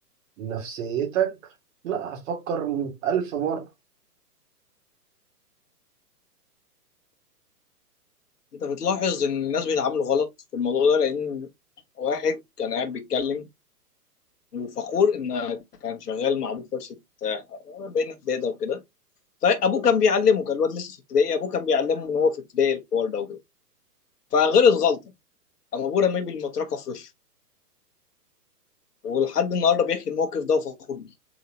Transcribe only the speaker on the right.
نفسيتك لا هتفكر ألف مرة